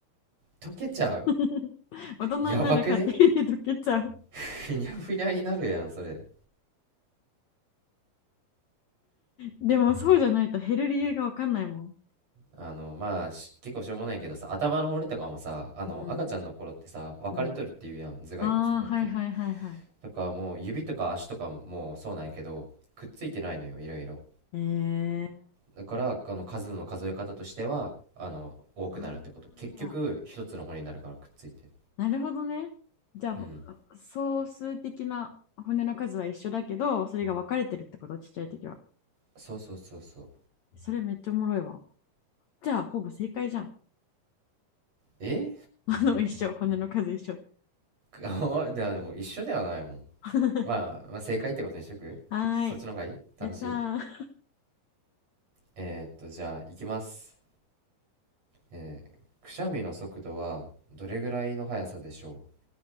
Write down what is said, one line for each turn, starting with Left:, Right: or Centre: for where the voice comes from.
Right: 溶けちゃう
Left: <laughs> 大人になる過程で溶けちゃう。
Right: やばくねふにゃふにゃになるやん、それ。
Left: でもそうじゃないと減る理由がわかんないもん。
Right: あの、まあ、し結構しょうもないけどさ、頭の骨とかもさ、あの、
Left: うん。
Right: 赤ちゃんの頃ってさ、分かれとるっていうやん、
Left: うん。
Right: 頭蓋骨とかって。
Left: ああ、はいはいはいはい。
Right: とか、もう指とか足とかももうそうなんやけど、くっついてないのよ、いろいろ。
Left: えー、
Right: だから、あの、数の数え方としては、あの、多くなるってこと。
Left: あ
Right: 結局、
Left: ー
Right: 一つの骨になるからくっついて。
Left: なるほどね。じゃあ、
Right: うん
Left: ほ総数的な骨の数は一緒だけど、それが分かれてるってこと、ちっちゃい時は。
Right: そうそうそうそう
Left: それめっちゃおもろいわ。じゃあ、ほぼ正解じゃん。
Right: え
Left: <laughs> あの、一緒、骨の数一緒。
Right: あで <laughs> でも一緒ではないもん、
Left: <laughs> は
Right: まあ、まあ正解ってことにしとくそっちの方がいい楽しい
Left: ーい、やったー。
Right: えーっとじゃあ行きますえーくしゃみの速度はどれぐらいの速さでしょう